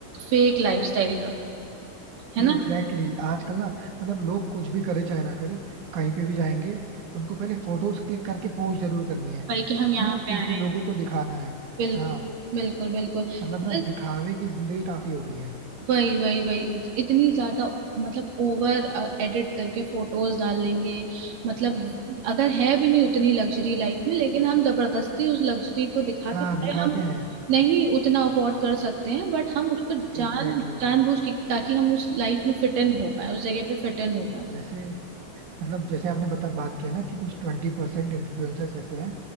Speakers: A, on the right; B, on the right.
A: फेक लाइफस्टाइल का है
B: Exactly
A: ना
B: exactly. आजकल ना मतलब लोग कुछ भी करे चाहे ना करे कहीं पे भी जाएंगे उनको पहले फोटोज क्लिक करके पोस्ट जरूर करनी है
A: भाई कि हम यहाँ
B: क्यों
A: पे
B: क्योंकि
A: आए
B: लोगों
A: हैं।
B: को दिखाना है
A: बिल्कुल
B: हाँ
A: बिल्कुल बिल्कुल
B: मतलब
A: अगर
B: ना दिखावे की जिंदगी काफी हो गई है
A: वही वही वही इतनी ज्यादा मतलब ओवर एडिट करके फोटोज डाल लेंगे मतलब अगर है भी नहीं उतनी लग्जरी लाइफ में लेकिन हम जबरदस्ती उस लग्जरी को दिखा
B: हाँ
A: के चाहे
B: दिखाते
A: हम
B: हैं
A: नहीं उतना अफोर्ड कर सकते हैं बट हम उसको जान
B: Exactly
A: जानबूझ
B: exactly.
A: के ताकि हम उस लाइफ में फिट इन हो पाए उस जगह पे फिट इन हो
B: जैसे
A: पाए
B: मतलब जैसे आपने बता बात किया ना कि कुछ ट्वेंटी परसेंट इन्फ्लुएंसर्स ऐसे हैं